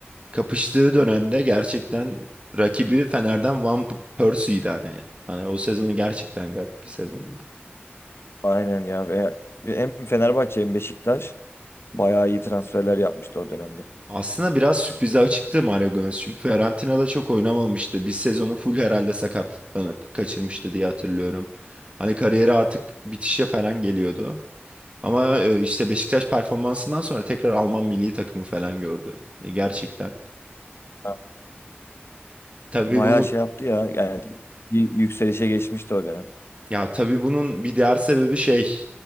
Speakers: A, on the right (about 30°); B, on the left (about 75°).
A: kapıştığı dönemde gerçekten rakibi Fener'den Van P- Persie'ydi hani. Hani o sezonu gerçekten garip bir sezondu.
B: Aynen ya. Ve ve hem Fenerbahçe hem Beşiktaş bayağı iyi transferler yapmıştı o dönemde.
A: Aslında biraz sürprize açıktı Mario Gomez çünkü Fiorentina'da çok oynamamıştı. Bir sezonu full herhalde sakatlanıp kaçırmıştı diye hatırlıyorum. Hani kariyeri artık bitişe falan geliyordu. Ama e, işte Beşiktaş performansından sonra tekrar Alman milli takımı falan gördü. Hani Gerçekten.
B: Ha,
A: Tabii
B: Bayağı
A: bunu
B: şey yaptı ya yani bir yükselişe geçmişti o dönem.
A: Ya tabii bunun bir diğer sebebi şey.